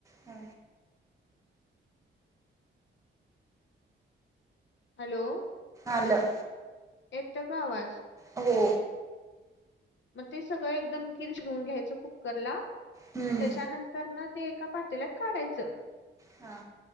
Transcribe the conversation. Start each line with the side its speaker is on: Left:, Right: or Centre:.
Right: ह
Left: हॅलो
Right: आलं
Left: येतोय का आवाज
Right: हो
Left: मग ते सगळं एकदम गिर शिजवून घ्यायचं कुकर ला
Right: हम्म.
Left: त्याच्यानंत तर ना ते एका पातेल्यात काढायचं.
Right: हा